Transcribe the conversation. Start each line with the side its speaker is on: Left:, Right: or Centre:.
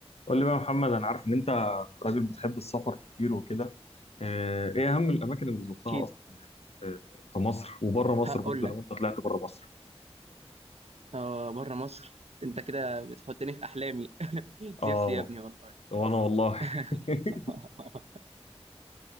Left: قول لي بقى يا محمد انا عارف ان انت راجل بتحب السفر كتير وكده آه، ايه اهم الاماكن اللي زرتها
Right: أكيد
Left: اصلا يعني في في مصر وبره مصر
Right: هقول
Left: برضه
Right: لك
Left: لو انت طلعت بره مصر
Right: آه بره مصر أنت كده بتحطني في أحلامي <laughs>
Left: اه
Right: نفسي يا ابني والله
Left: وانا والله
Right: <laughs>
Left: <laughs>